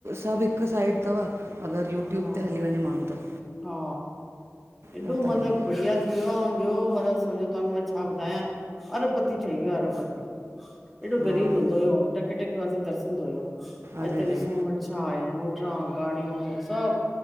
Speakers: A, on the right (about 55°); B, in the centre.
A: सभ हिक साइड तव अगर यूट्यूब
B: हा
A: ते हली वञे माण्हू त।
B: हा एॾो
A: उहो त
B: मतलब
A: आहे
B: बढ़िया -- इयो ॾयो मतलब सम्झो तव्हांखे मां छा ॿुधायां अरबपती ठही वियो आ अरबपती। एॾो
A: हा
B: ग़रीब हूंदो हुयो टके टके वासे तरसंदो हुयो अॼ
A: अरे
B: ॾिस
A: रे
B: -- छा आहे होटला गाड़ियूं सभु